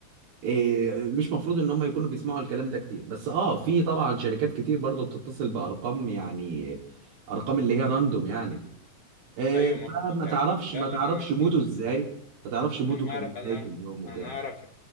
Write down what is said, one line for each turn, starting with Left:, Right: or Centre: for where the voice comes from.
Right: إيه، مش مفروض ان هم يكونوا بيسمعوا الكلام ده كتير بس اه في طبعا شركات كتير برضو بتتصل بارقام يعني ارقام اللي هي راندوم يعني إيه،
Left: ايوه ما
Right: فما
Left: بقول
Right: تعرفش
Left: لك لا
Right: ما تعرفش
Left: لا انا
Right: موده ازاي ما تعرفش موده
Left: انا
Right: كان
Left: اعرف انا
Right: ازاي في اليوم وكده
Left: انا اعرف